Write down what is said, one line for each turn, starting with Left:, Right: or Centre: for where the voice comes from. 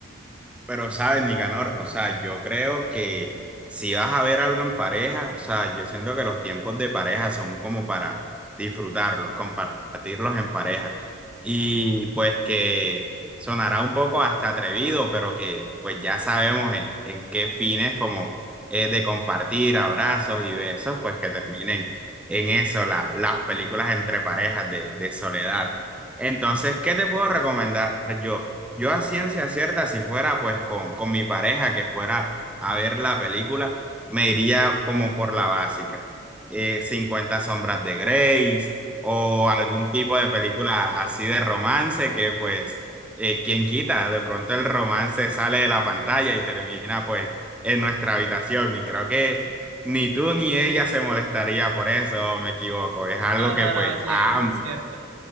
Centre: Pero, ¿sabes, Nicanor? O sea, yo creo que si vas a ver algo en pareja, o sea, yo siento que los tiempos de pareja son como para disfrutarlos, compartirlos en pareja. Y pues que sonará un poco hasta atrevido, pero que pues ya sabemos en, en qué fines como es de compartir abrazos y besos, pues que terminen en eso, la- las películas entre parejas de, de soledad. Entonces, ¿qué te puedo recomendar yo? Yo a ciencia cierta, si fuera pues con, con mi pareja que fuera a ver la película, me iría como por la básica. Eh, 50 sombras de Grace o algún tipo de película así de romance que pues, eh, quien quita, de pronto el romance sale de la pantalla y termina pues en nuestra habitación. Y creo que ni tú ni ella se molestaría por eso, ¿o me equivoco. Es algo
Right: No,
Centre: que
Right: no,
Centre: pues
Right: no, sí,
Centre: a
Right: es muy
Centre: ambos,
Right: cierto.